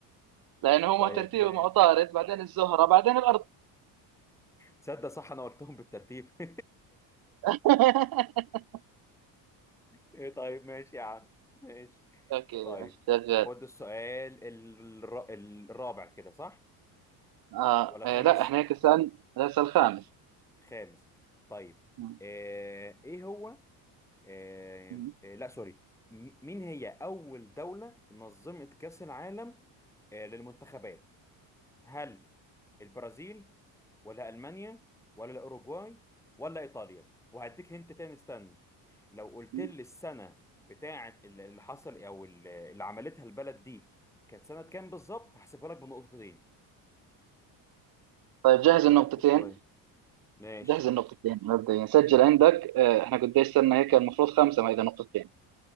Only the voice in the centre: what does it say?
طيب
ماشي
تصدق صح انا قلتهم بالترتيب <laughs>
إيه طيب ماشي يا عم ماشي
طيب
خد السؤال الر... الرابع كده صح
ولا خامس
خامس طيب
آه... ايه هو آه...
آه... لا سوري م- مين هي اول دولة نظمت كأس العالم آه... للمنتخبات هل البرازيل ولا المانيا ولا الاوروجواي ولا ايطاليا وهديك هنت تاني استنى لو قلت
لي السنه بتاعه اللي اللي حصل او اللي اللي عملتها البلد دي كانت سنه كام بالظبط هحسبها لك بنقطتين
ركز كويس ماشي